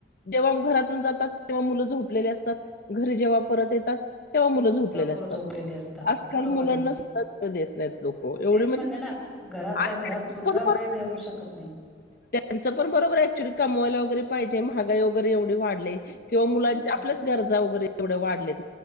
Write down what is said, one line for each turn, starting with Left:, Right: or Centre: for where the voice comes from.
Left: जेव्हा घरातून जातात तेव्हा मुलं झोपलेली असतात घरी जेव्हा परत येतात तेव्हा मुलं झोपलेले
Centre: तेव्हा मुलं
Left: असतात
Centre: झोपलेली असतात
Left: आजकाल
Centre: बरोबर
Left: मुलांना
Centre: आहे.
Left: सुद्धा वेळ देत नाहीत लोक एवढे
Centre: तेच
Left: म्हणजे
Centre: म्हणते ना घरातल्या
Left: आणि
Centre: घरात
Left: त्यांचं
Centre: सुद्धा
Left: पण
Centre: वेळ
Left: बरोबर
Centre: देऊ
Left: आहे.
Centre: शकत नाहीत
Left: त्यांचं पण बरोबर आहे ऍक्च्युली कमवायला वगैरे पाहिजे महागाई वगैरे एवढे वाढले किंवा मुलांच्या
Centre: हम्म.
Left: आपल्याच गरजा वगैरे केवढ्या वाढलेत.